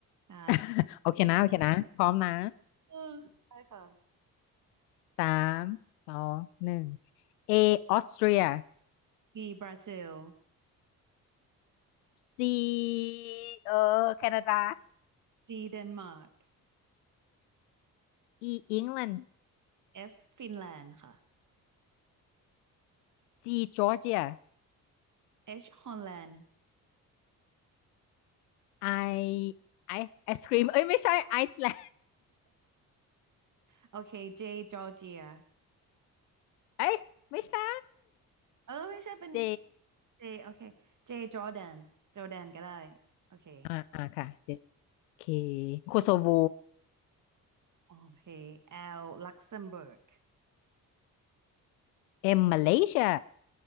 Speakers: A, on the right; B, on the left.
A: ได้
B: <laughs> โอเคนะโอเคนะพร้อมนะ
A: เออได้ค่ะ
B: <coughs> สามสองหนึ่ง A ออสเตรีย
A: b บราซิล
B: C เออแคนาดา
A: D เดนมาร์ก
B: E อังกฤษ
A: F ฟินแลนด์ค่ะ
B: จีจอร์เจีย
A: H ฮอลแลนด์
B: ไอไอไอศครีมเอ้ยไม่ใช่ไอซ์แลนด์
A: โอเค J จอร์เจีย
B: เอ้ยไม่ใช่
A: เออไม่ใช่เป็น
B: เจ
A: เจโอเคเจจอร์แดนจอร์แดนก็ได้โอเค
B: อ่าอ่าค่ะเจโอเคโคโซโว
A: โอเคแอลลักเซมเบิร์ก
B: เอ็มมาเลเซีย